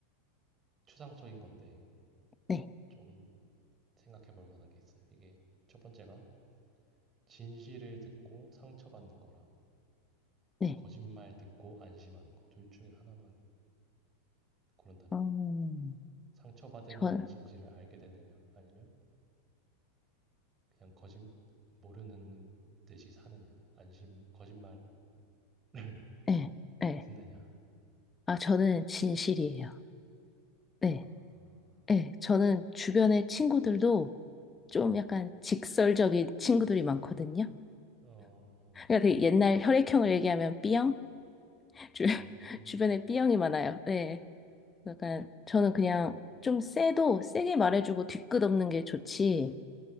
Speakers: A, on the right; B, on the left.
A: 추상적인 건데,
B: 네. 네.
A: 좀 생각해 볼 만한 게 있어요. 이게 첫 번째가 진실을 듣고 상처받는 거랑
B: 네.
A: 거짓말 듣고 안심하는 거. 둘 중에 하나만 고른다면?
B: 음,
A: 상처받을
B: 전,
A: 만한 진실을 알게 되느냐, 아니면 그냥 거짓, 모르는 듯이 사느냐, 안심, 거짓말을 <laughs>
B: 네. 네.
A: 듣느냐.
B: 아, 저는 진실이에요. 네.
A: 아.
B: 네, 저는 주변의 친구들도 좀 약간 직설적인 친구들이 많거든요.
A: 어 네.
B: 그러니까 되게 옛날 혈액형을 얘기하면 B형? 주,
A: 아.
B: <laughs> 주변에 B형이 많아요. 네. 약간 저는
A: 어.
B: 그냥 좀 세도 세게 말해주고 뒤끝없는 게 좋지.